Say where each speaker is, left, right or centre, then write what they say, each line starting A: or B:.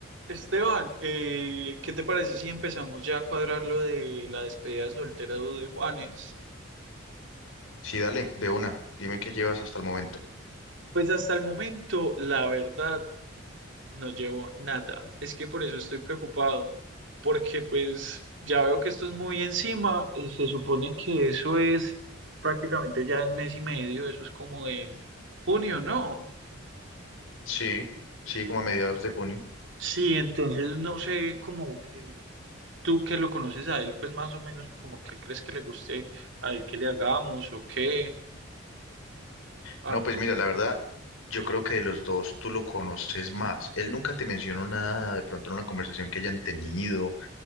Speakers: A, on the right (about 60°); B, on the left (about 90°).
A: Esteban, eh, ¿qué te parece si empezamos ya a cuadrar lo de la despedida soltera de Juanes?
B: Sí, dale, de una. Dime qué llevas hasta el momento.
A: Pues hasta el momento, la verdad, no llevo nada. Es que por eso estoy preocupado, porque pues ya veo que esto es muy encima. eh, Se supone que eso es prácticamente ya en mes y medio, eso es como en junio, ¿no?
B: Sí, sí, como a mediados de junio.
A: Sí, entonces no sé como que tú que lo conoces a él, pues más o menos como que crees que le guste a él que le hagamos o qué. Ah,
B: No, pues mira, la verdad, yo creo que de los dos tú lo conoces más. Él nunca te mencionó nada, de pronto en una conversación que hayan tenido